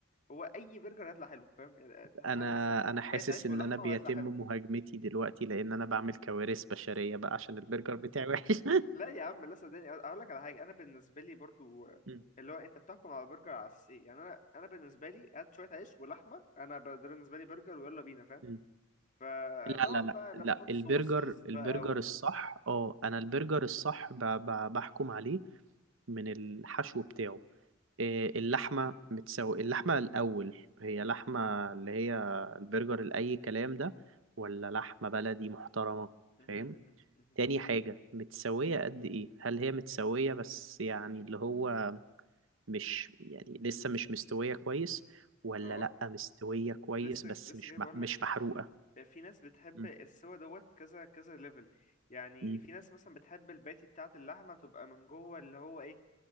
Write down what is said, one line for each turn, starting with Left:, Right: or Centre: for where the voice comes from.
Left: هو اي برجر هيطلع حلو فاهم يعني هات
Right: انا
Left: بس
Right: انا
Left: شويه
Right: حاسس
Left: عيش
Right: ان
Left: ولحمه
Right: انا بيتم
Left: وهيطلع حلو
Right: مهاجمتي دلوقتي لان انا بعمل كوارث بشرية بقى عشان البرجر بتاعي وحش
Left: لا يا عم لا صدقني اقول لك على حاجه انا بالنسبه لي برضو
Right: <laughs> مم.
Left: اللي هو انت بتحكم على البرجر على اساس ايه يعني انا انا بالنسبه لي هات شويه عيش ولحمه انا ب- ده بالنسبه لي برجر ويلا بينا فاهم
Right: مم.
Left: فطبعا
Right: لا لا لا
Left: بقى لما
Right: لا
Left: تحط صوصز
Right: البرجر
Left: بقى
Right: البرجر
Left: و
Right: الصح اه انا البرجر الصح ب... ب... بحكم عليه من الحشو بتاعه إيه، اللحمة متسو اللحمة الأول هي
Left: امم
Right: لحمة اللي هي البرجر الأي كلام ده ولا لحمة بلدي محترمة
Left: مهم،
Right: فاهم
Left: مهم، مهم.
Right: تاني حاجة متسوية قد إيه هل هي متسوية بس يعني اللي هو مش يعني لسه مش مستوية كويس ولا
Left: اه
Right: لأ مستوية كويس
Left: لسه
Right: بس
Left: لسه
Right: مش
Left: جاي بقول
Right: م-
Left: لك
Right: مش محروقة
Left: آه، في ناس بتحب
Right: م-
Left: السوا دوت كذا كذا ليفل يعني
Right: م-
Left: في ناس مثلا بتحب الباتي بتاعه اللحمه تبقى من جوه اللي هو ايه